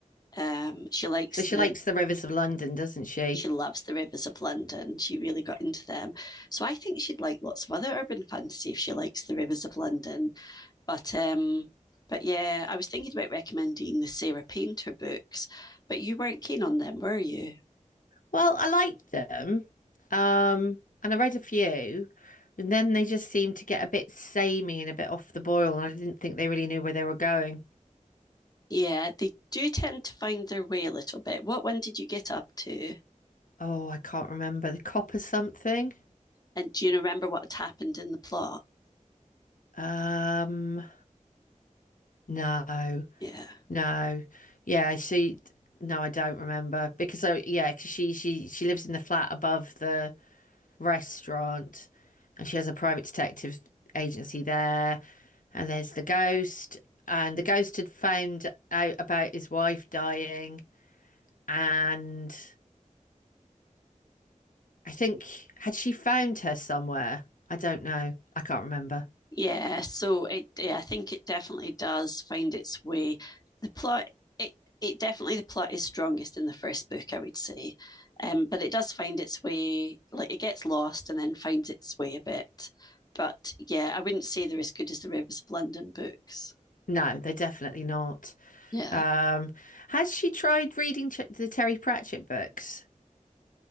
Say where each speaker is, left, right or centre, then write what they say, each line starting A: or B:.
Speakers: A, on the left; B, on the left.
A: Um, she likes
B: So she
A: the
B: likes the rivers of London, doesn't she?
A: she loves the rivers of London. She really got into them. So I think she'd like lots of other urban fantasy if she likes the rivers of London. But um, but yeah, I was thinking about recommending the Sarah Painter books, but you weren't keen on them, were you?
B: Well, I liked them. Um, and I read a few, and then they just seemed to get a bit samey and a bit off the boil, and I didn't think they really knew where they were going.
A: Yeah, they do tend to find their way a little bit. What one did you get up to?
B: Oh, I can't remember. The cop or something?
A: And do you remember what had happened in the plot?
B: Um, no,
A: Yeah.
B: no. Yeah, she no, I don't remember because I yeah, 'cause she she she lives in the flat above the restaurant, and she has a private detective agency there. And there's the ghost, and the ghost had found out about his wife dying, and I think had she found her somewhere? I don't know. I can't remember.
A: Yeah, so it, yeah, I think it definitely does find its way. The plot, it it definitely the plot is strongest in the first book, I would say, um, but it does find its way. Like it gets lost and then finds its way a bit. But yeah, I wouldn't say they're as good as the Rivers of London books.
B: No, they're definitely not.
A: Yeah.
B: Um, has she tried reading the Terry Pratchett books?